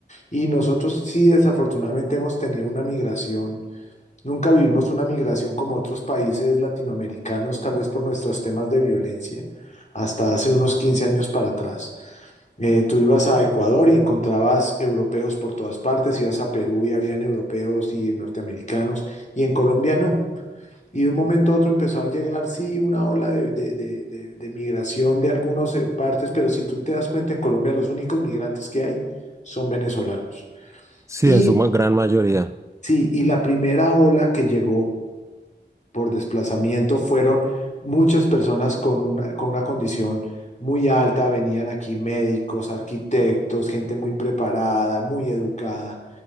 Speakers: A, on the left (about 40°); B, on the right (about 15°).
A: Y nosotros sí, desafortunadamente hemos tenido una migración, nunca vivimos una migración como otros países latinoamericanos, tal vez por nuestros temas de violencia, hasta hace unos 15 años para atrás. Eh, tú ibas a Ecuador y encontrabas europeos por todas partes, ibas a Perú y habían europeos y norteamericanos, y en Colombia no. Y de un momento a otro empezó a llegar, sí, una ola de, de- de- de- de migración de algunas eh, partes, pero si tú te das cuenta, en Colombia los únicos migrantes que hay son venezolanos.
B: Sí,
A: Y
B: en su ma- gran mayoría.
A: Sí, y la primera ola que llegó por desplazamiento fueron muchas personas con una, con una condición muy alta, venían aquí médicos, arquitectos, gente muy preparada, muy educada,